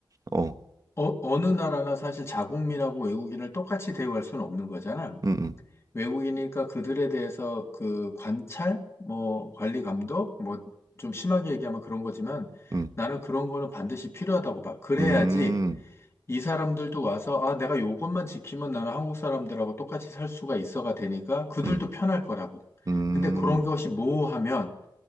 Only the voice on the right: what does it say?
어, 음,
음.
음.
음,
음,
음,